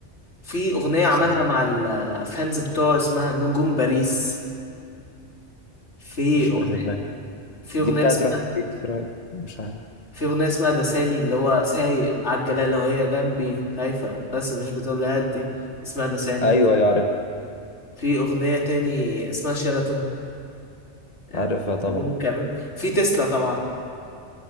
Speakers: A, on the left (about 65°); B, on the left (about 35°).
A: في أغنية عملها
B: بس
A: مع الفانز بتوعه اسمها نجوم باريس في
B: مش
A: أغنية
B: واخد بالي
A: في
B: دي
A: أغنية
B: بتاعت
A: اسمها
B: روح تبيت في رأيك. مش عارف
A: في أغنية اسمها ده ثاني اللي هو سايق على الجلالة وهي جنبي خايفة بس مش بتقول لي هدي اسمها ده ثاني
B: ايوه ايوه عارف
A: في أغنية تاني اسمها شيراتون آه،
B: عارفها طبعا
A: ألبوم كامل في تسلا طبعا